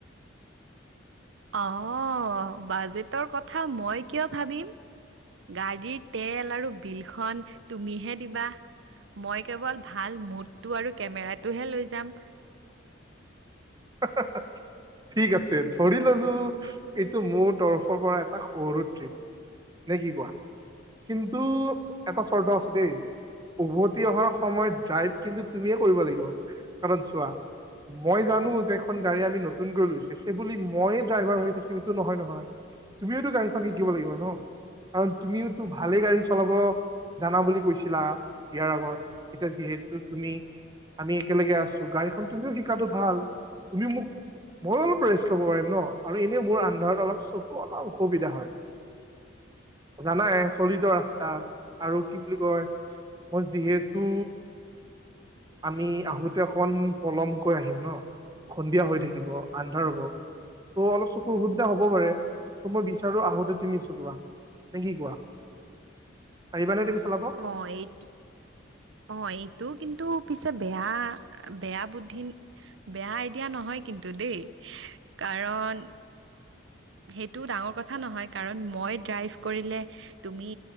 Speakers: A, on the right; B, on the right.
A: অ বাজেটৰ কথা মই কিয় ভাবিম? গাড়ীৰ তেল আৰু বিলখন তুমিহে দিবা। মই কেৱল ভাল মুডটো আৰু কেমেৰাটোহে লৈ যাম।
B: <unintelligible> ঠিক আছে ধৰি ললো এইটো মোৰ তৰফৰ পৰা এটা সৰু ট্ৰিপ। নে কি কোৱা? কিন্তু এটা চৰ্ত আছে দেই উভতি অহাৰ সময়ত ড্ৰাইভ কিন্তু তুমিয়ে কৰিব লাগিব, কাৰণ চোৱা মই জানো এখন গাড়ী আমি নতুনকৈ লৈছো, সেই বুলি মইয়ে ড্ৰাইভাৰ হৈ থাকিম এইটো নহয় নহয়। তুমিওতো গাড়ীখন শিকিব লাগিব ন? কাৰণ তুমিওতো ভালেই গাড়ী চলাব জানা বুলি কৈছিলা বিয়াৰ আগত এতিয়া যিহেতু তুমি আমি একেলগে আছো গাড়ীখন তুমিও শিকাটো ভাল তুমিও মোক মই অলপ ৰেষ্ট ল'ব পাৰিম ন? আৰু এনেই মোৰ আন্ধাৰত অলপ চকু অলপ অসুবিধা হয়। জানাই চলিত ৰাস্তাত আৰু কি বুলি কয় মই যিহেতু আমি আহোতে অকন পলমকৈ আহিম ন? সন্ধিয়া হৈ থাকিব আন্ধাৰ হব। ত' অলপ চকুৰ অসুবিধা হব পাৰে ত' মই বিচাৰো আহোতে তুমি চলোৱা। নে কি কোৱা পাৰিবা নে তুমি? চলাব
A: অ এইট অ এইটো কিন্তু পিছে বেয়া বেয়া বুদ্ধি বেয়া আইডিয়া নহয় কিন্তু দেই। কাৰণ সেইটো ডাঙৰ কথা নহয়, কাৰণ ম মই ড্ৰাইভ কৰিলে তুমি